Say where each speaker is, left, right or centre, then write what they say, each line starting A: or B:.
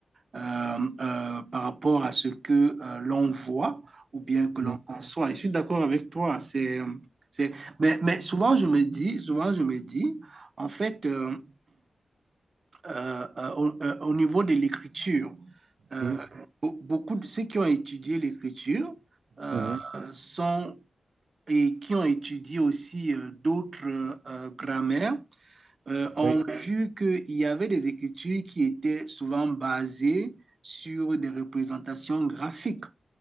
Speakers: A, on the right; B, on the right.
A: euh, euh, par rapport à ce que euh, l'on voit ou bien que
B: Mm,
A: l'on conçoit. Et je suis d'accord avec toi. C'est, c'est... Mais, mais souvent, je me dis, souvent, je me dis, en fait, euh, euh, euh, au, euh, au niveau de l'écriture, euh,
B: mm,
A: be- beaucoup de ceux qui ont étudié l'écriture euh,
B: mhm,
A: sont et qui ont étudié aussi euh, d'autres euh, grammaires euh, ont
B: Oui.
A: vu qu'il y avait des écritures qui étaient souvent basées sur des représentations graphiques.